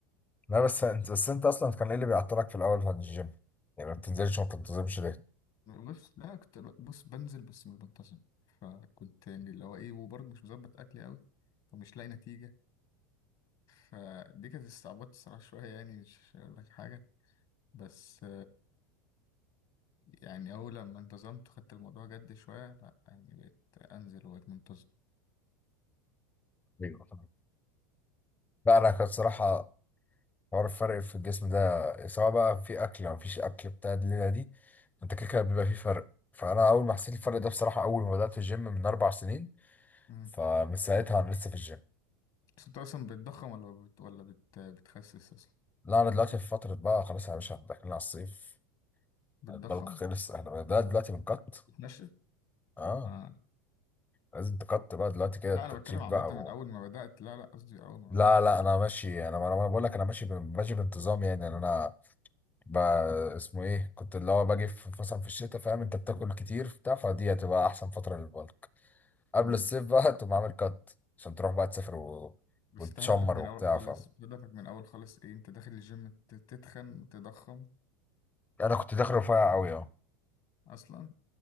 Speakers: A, on the left; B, on the left.
A: لا بس انت بس انت اصلا كان ايه اللي بيعطلك في الاول عن الجيم يعني ما بتنزلش وما بتنتظمش ليه
B: بص لا كنت ب- بص بنزل بس مش بنتظم فكنت يعني اللي هو ايه وبرضه مش مظبط اكلي اوي فمش لاقي نتيجة فدي كانت استعبطت الصراحة شوية يعني مش هقول لك حاجة بس يعني أول لما انتظمت خدت الموضوع جد شوية لأ يعني بقيت أنزل وبقيت منتظم
A: ايوه طبعا لا انا كان صراحه حوار الفرق في الجسم ده سواء بقى في اكل او مفيش اكل بتاع الليله دي انت كده كده بيبقى فيه فرق فانا اول ما حسيت الفرق ده بصراحه اول ما بدات الجيم من اربع سنين
B: مم.
A: فمن ساعتها انا لسه في الجيم
B: بس أنت أصلا بتضخم ولا بت... ولا بت... بتخسس أصلا
A: لا انا دلوقتي في فتره بقى خلاص يا باشا داخلين على الصيف
B: بتضخم
A: البلك خلص احنا ده دلوقتي بنقط
B: بتنشف
A: اه
B: آه.
A: لازم تقط بقى دلوقتي كده
B: لا
A: التنشيف
B: أنا بتكلم عامة
A: بقى
B: من
A: و...
B: أول ما بدأت لا لا قصدي أول ما
A: لا
B: بدأت
A: لا
B: خالص
A: انا ماشي انا انا أنا بقول لك انا ماشي بن- ماشي بانتظام يعني يعني انا بقى اسمه ايه كنت اللي هو باجي في مثلا في الشتاء فاهم انت بتاكل كتير بتاع فدي هتبقى احسن فتره للبلك قبل
B: مم.
A: الصيف بقى <laughs> تقوم عامل قط عشان تروح بقى تسافر و...
B: بس
A: وتشمر
B: انت هدفك من
A: وبتاع
B: الاول خالص
A: فاهم
B: هدفك من الاول خالص ايه انت داخل الجيم ت- تتخن تضخم
A: انا كنت داخل رفيع قوي اه
B: اصلا